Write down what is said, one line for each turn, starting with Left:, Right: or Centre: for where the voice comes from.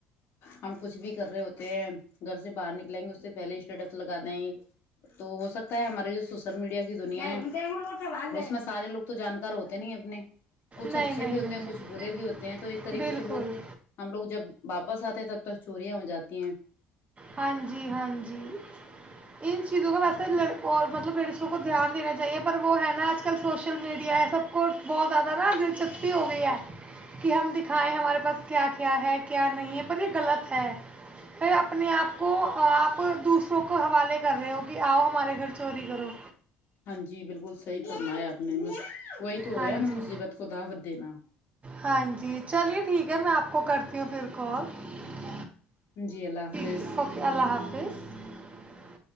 Left: ہم کچھ بھی کر رہے ہوتے ہیں گھر سے باہر نکلیں گے اس سے پہلے اسٹیٹس لگا دیں گے تو ہو سکتا ہے ہمارے جو سوشل میڈیا کی دنیا ہے اس میں سارے لوگ جان کر ہوتے نہیں اپنے کچھ
Right: نہیں
Left: اچھے
Right: نہیں
Left: بھی ہوتے
Right: نہیں
Left: ہیں کچھ برے بھی ہوتے ہیں تو ایک طریقے
Right: بالکل
Left: سے وہ ہم لوگ جب واپس آتے ہیں تب تک چوریاں ہو جاتی ہیں
Right: ہاں جی ہاں جی ان چیزوں کو ویسے ل اور مطلب لڑیسوں کو دھیان دینا چاہیے پر وہ ہے نا آج کل سوشل میڈیا ہے سب کو بہت زیادہ نا دلچسپی ہو گئی ہے کہ ہم دکھائیں ہمارے پاس کیا کیا ہے کیا نہیں ہے پر یہ غلط ہے اپنے آپ کو آپ دوسروں کو حوالے کر رہے ہو کہ آؤ ہمارے گھر چوری کرو
Left: ہاں جی بالکل سی فرمایا آپ نے وہی تو ہو
Right: ہاں
Left: گیا نا
Right: جی
Left: مصیبت کو دعوت دینا
Right: ہاں جی چلیے ٹھیک ہے میں آپ کو کرتی ہوں پھر کال ٹھیک
Left: جی اللہ حافظ
Right: ہے اوکے اللہ حافظ <inaudible>